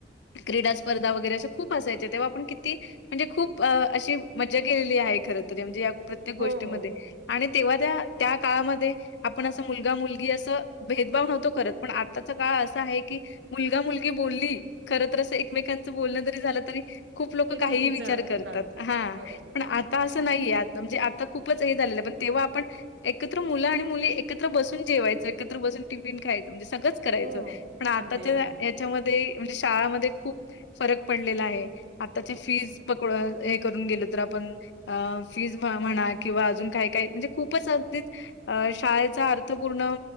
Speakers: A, on the left (about 80°); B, on the right (about 85°).
A: क्रीडा स्पर्धा वगैरे असे खूप असायचे तेव्हा आपण किती म्हणजे खूप अ अशी मजा केेलेली आहे खरं तरी म्हणजे या प्रत्येक
B: हो
A: गोष्टीमध्ये. आणि तेव्हा त्या त्या काळामध्ये आपण असं मुलगा-मुलगी असं भेदभाव नव्हतो करत. पण आत्ताचा काळ असा आहे की मुलगा-मुलगी बोलली खरं तर असं एकमेकांचं बोलणं जरी झालं तरी खूप लोकं
B: ते
A: काहीही
B: चुकीचा
A: विचार
B: अर्थ
A: करतात
B: काढतात.
A: हा
B: बरोबर
A: पण आतास
B: बरोबर.
A: ते नाहीे आहे आता म्हणजे आता खूपच हे झालेलं पण तेव्हा आपण एकत्र मुलं आणि मुली एकत्र बसून जेवायच एकत्र बसून टिफिन खाय म्हणजे सगळंच करायचं
B: हो
A: पण आताच्या
B: अगदी अगदी
A: याच्यामध्ये म्हणजे शाळामध्ये खूप फरक पडलेला आहे. आताची फीज पकड हे करून गेल तर आपण अ फीज म-म्हणा किंवा अजून काय काय म्हणजे खूपच अगदीच अ शाळेचा अर्थपूर्ण